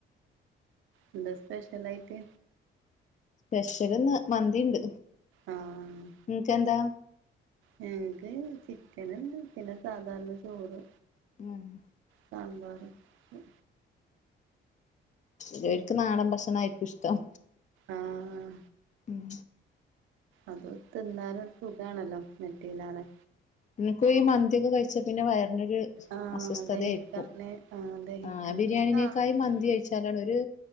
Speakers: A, on the right (about 80°); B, on the left (about 40°).
A: എന്താ സ്പെഷ്യലായിട്ട്
B: പെഷ്യൽ ഇന്ന് മന്തിണ്ട്
A: ആഹ്
B: ഇങ്ങക്കെന്താ
A: ഞങ്ങക്ക് ചിക്കന്ണ്ട് പിന്നെ സാധാരണ ചോറ്
B: ആഹ്
A: സാമ്പാർക്കെ
B: ചെലോര്ക്ക് നാടൻ ഭക്ഷണായിരിക്കും ഇഷ്ട്ടം
A: ആഹ്
B: ഉം
A: അത് തിന്നാലൊരു സുഖാണല്ലോ മറ്റീലേറെ
B: ഇൻക്കു ഈ മന്തിയൊക്കെ കയ്ച്ചാ പിന്നെ വയറിനൊര്
A: ആഹ്
B: അസ്വസ്ഥതയായിരിക്കും
A: ദഹിക്കാന് ആഹ് ദഹിക്കാന്
B: ആഹ് ബിരിയാണിനേക്കായി
A: എനിക്ക് ആദ്യം
B: മന്തി കഴിച്ച ലാണ് ഒരു